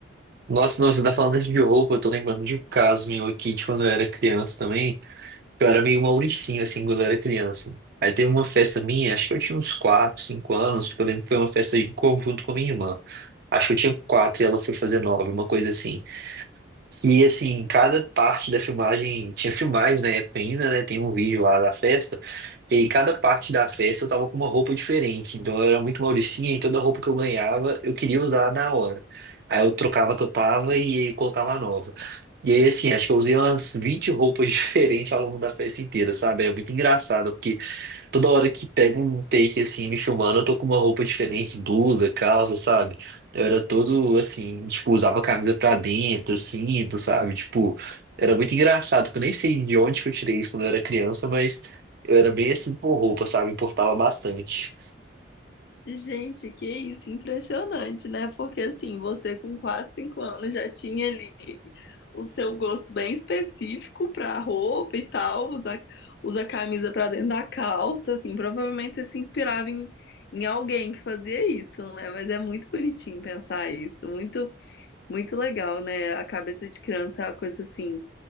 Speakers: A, on the right (about 50°); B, on the left (about 55°).
A: Nossa, não, você tá falando de roupa, eu tô lembrando de um caso meu aqui de quando eu era criança também. Eu era meio Mauricinho, assim, quando eu era criança. Aí teve uma festa minha, acho que eu tinha uns 4 5 anos, porque eu lembro que foi uma festa em conjunto com a minha irmã. Acho que eu tinha 4 e ela foi fazer 9 uma coisa assim. E assim, cada parte da filmagem, tinha filmagem na época ainda, né? Tem um vídeo lá da festa, e cada parte da festa eu tava com uma roupa diferente. Então eu era muito mauricinha e toda roupa que eu ganhava eu queria usar na hora. Aí eu trocava a que eu tava e colocava a nova. E aí, assim, acho que eu usei umas 20 roupas <laughs> diferentes ao longo da festa inteira, sabe? É muito engraçado, porque Toda hora que pega um take assim, me filmando, eu tô com uma roupa diferente, blusa, calça, sabe? Eu era todo assim, tipo, usava a camisa pra dentro, cinto, sabe? Tipo, era muito engraçado, que eu nem sei de onde que eu tirei isso quando eu era criança, mas eu era bem assim por roupa, sabe? Importava bastante.
B: Gente, que isso, impressionante, né? Porque assim, você com 4, 5 anos já tinha ali o seu gosto bem específico pra roupa e tal, usa, usa camisa pra dentro da calça, assim, provavelmente você se inspirava em, em alguém que fazia isso, né? Mas é muito bonitinho pensar isso, muito Muito legal, né? A cabeça de criança é uma coisa assim